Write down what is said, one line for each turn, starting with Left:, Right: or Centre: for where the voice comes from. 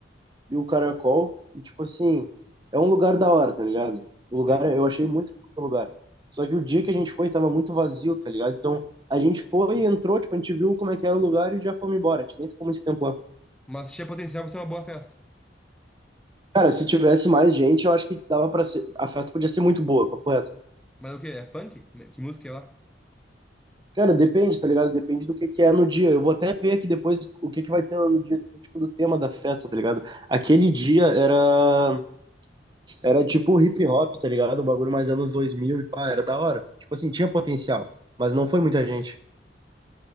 Right: e o Caracol, e tipo assim, é um lugar da hora, tá ligado? O lugar,
Centre: Sim.
Right: eu achei muito foda o lugar. Só que o dia que a gente foi tava muito vazio, tá ligado? Então, a gente foi e entrou, tipo, a gente viu como é que era o lugar e já fomos embora. A gente nem ficou muito tempo lá.
Centre: Mas tinha potencial pra ser uma boa festa.
Right: Cara, se tivesse mais gente, eu acho que dava pra ser, a festa podia ser muito boa, papo reto.
Centre: Mas o quê? É funk? Que música é lá?
Right: Cara, depende, tá ligado? Depende do que que é no dia. Eu vou até ver aqui depois o que que vai ter lá no dia, depende, tipo do tema da festa, tá ligado? Aquele dia era era tipo hip hop, tá ligado? Um bagulho mais anos 2000 e pá, era da hora. Tipo assim, tinha potencial, mas não foi muita gente.